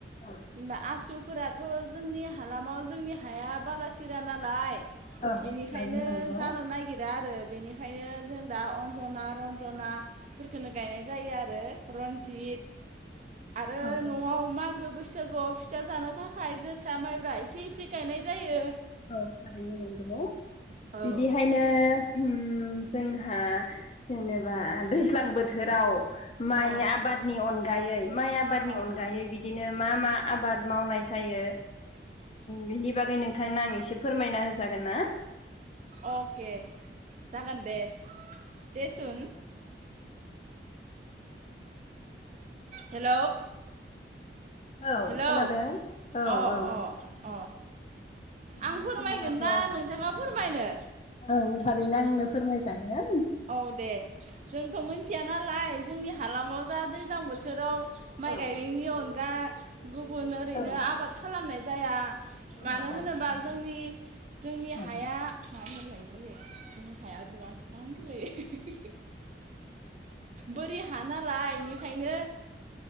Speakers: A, on the left (about 35°); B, on the right (about 40°).
A: ओं
B: जेनेबा आसुफोराथ जोंनि हालामाव जोंनि हाया बाला सिरा नालाय
A: औ
B: बेनिखायनो
A: थारैनो नंगौ
B: जानो
A: औ
B: नागिरा आरो बेनो ओंखानो जों दा अन्जना रन्जना फोरखोनो गायनाय जायो आरो <inaudible> रनजित आरो
A: औ
B: नआव मा गो- बैसागुआव फिथा जानो थाखाय जोसा माइब्रा एसे एसे गायनाय जायो
A: औ थारैनो नंगौ
B: औ
A: बिदिहायनो ओम जोंहा जेनेबा दैज्लां बोथोराव माइ
B: अ
A: आबादनि अनगा अनगायै माइ आबादनि
B: अ
A: अनगायै बिदि बिदिनो मा मा आबाद मावनाय जायो बिनि बागै नोंथां थांनो आं एसे फोरमायना होजागोन ना
B: अके जागोन दे देसुन हेल
A: औ
B: हेलौ
A: खोनादों औ
B: अ
A: औ
B: अ अ
A: बिदिनो
B: आं फोरमायगोन
A: जोंहाथ'
B: ना नोंथाङा फोरमायनो
A: ओं थारैनो आंनो फोरमायजायो
B: औ दे जोंथ मिथिया नालाय जोंनि हालामाव दा दैज्लां बोथोराव माइ
A: औ
B: गायनायनि अनगा गुबुन ओरैनो
A: औ
B: आबाद खालामनायज जाया।
A: औ
B: मानो
A: औ
B: होनोबा
A: औ
B: जोंनि जोंनि
A: औ
B: हाया। <unintelligible> <unintelligible> बोरैहा हा नालाय इेनिखायनो